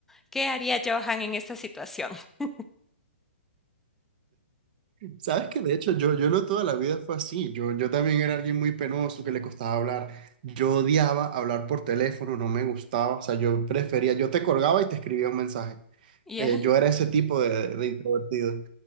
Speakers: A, in the centre; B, on the right.
A: ¿qué haría Johan en esta situación? <laughs>
B: Sabes que de hecho yo, yo no toda la vida fue así. Yo, yo también era alguien muy penoso que le costaba hablar. Yo odiaba hablar por teléfono, no me gustaba. O sea, yo prefería, yo te colgaba y te escribía un mensaje.
A: Ya,
B: Eh, yo era ese tipo de, de introvertido.